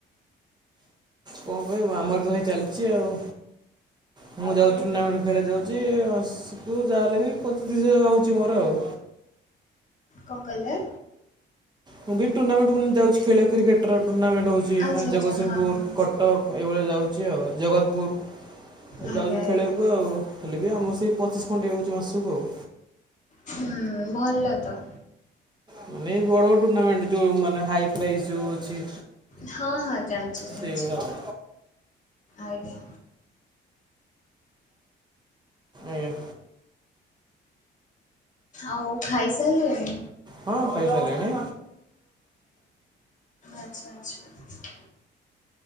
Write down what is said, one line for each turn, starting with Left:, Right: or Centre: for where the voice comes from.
Right: କଣ କହିବୁ ଆମର ତ ହେଇ ଚାଲିଛି ଆଉ। ମୁଁ ଯାଉଛି ଟୁର୍ଣ୍ଣାମେଣ୍ଟ ଖେଳ ଯାଉଛିକୁ ଯାହାେଲେ ବି ପଚିତିଶ ହଜାର ହେଉଛି ମୋର ଆଉ।
Left: କଣ କହିଲେ?
Right: ମୁଁ ବି ଟୁର୍ଣ୍ଣାମେଣ୍ଟାନ ଯାଉଛି ଖେଳିବାକୁ କ୍ରିକେଟର ଟୁର୍ଣ୍ଣାମେଣ୍ଟ ହଉଛି
Left: ଆଚ୍ଛା
Right: ମେ ଜଗତସିଂହପୁର
Left: ଆଚ୍ଛା ହଁ ହଁ
Right: କ କଟକ ଏଇଭଳିଆ ଯାଉଛି ଆଉ ଜଗତପୁର
Left: ଆଜ୍ଞା
Right: ଯାଉଛି
Left: ଆଜ୍ଞା
Right: ଖେଳିବାକୁ ଆଉ। ହେଲେ ବି ଆମର ସେଇ ପଚିଶ ଖଣ୍ଡେ ହେଉଛି ମାସକୁ ଆଉ।
Left: ହୁଁ ଭଲ ତ।
Right: ମାନେ ବଡ ବଡ଼ ଟୁର୍ଣ୍ଣାମେଣ୍ଟ ଯୋଉ ମାନେ ହାଇ ପ୍ରାଇସ୍ ଯୋଉ ଅଛି।
Left: ହଁ ହଁ ଜାଣିଛି ଜାଣିଛି
Right: ସେଇଗୁଡ଼ା ଆଉ।
Left: ଆଜ୍ଞା।
Right: ଆଜ୍ଞା।
Left: ଆଉ ଖାଇସାଇଲେଣି।
Right: ହଁ ଖାଈସାଇଲିନି।
Left: ଆଚ୍ଛା ଆଚ୍ଛା।